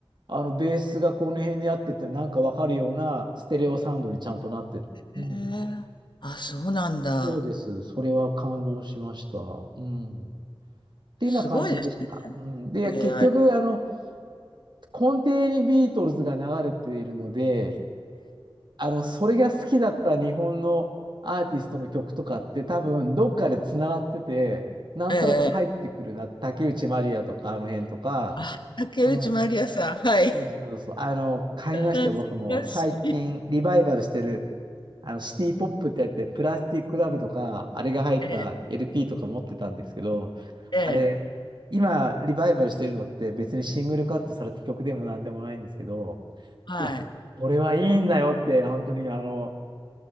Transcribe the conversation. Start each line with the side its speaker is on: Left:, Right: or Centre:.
Right: あの、ベースがこの辺にあってって、なんかわかるようなステレオサウンドにちゃんとなってる。うん。
Left: へえ。あ、そうなんだ。
Right: そうです。それは感動しました。うん。っていうような感じでした。
Left: すごいですね、
Right: うん。で、
Left: エーアイ
Right: 結局、あの、根底にビートルズが流れているので、あの、それが好きだった日本のアーティストの曲とかって多分どっかでつながってて、なんとなく入ってくるな。
Left: ええええ。ええ
Right: 竹内まりやとかあの辺とか。
Left: あ、竹内まりやさん、
Right: うん。
Left: はい。
Right: そうそうそう。あの、買いましたよ、
Left: 懐かしい。
Right: 僕も。最近リバイバルしてる、あの、シティポップってやって、プラスティックラブとか、あれが入った
Left: ええ、
Right: LP とか持ってたんですけど、
Left: ええ、
Right: あれ、今リバイバルしてるのって別にシングルカットされた曲でもなんでもないんですけど、
Left: はい。
Right: いや、これはいいんだよって、本当にあの、